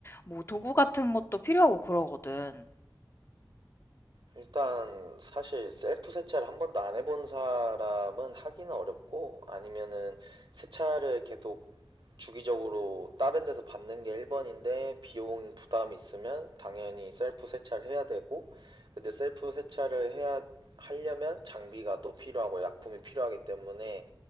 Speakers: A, on the left (about 30°); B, on the right (about 75°).
A: 뭐 도구 같은 것도 필요하고 그러거든.
B: 일단 사실 셀프 세차를 한 번도 안 해본 사람은 하기는 어렵고 아니면은 세차를 계속 주기적으로 다른 데서 받는 게 1번인데 비용 부담이 있으면 당연히 셀프 세차를 해야 되고 근데 셀프 세차를 해야 하려면 장비가 또 필요하고 약품이 필요하기 때문에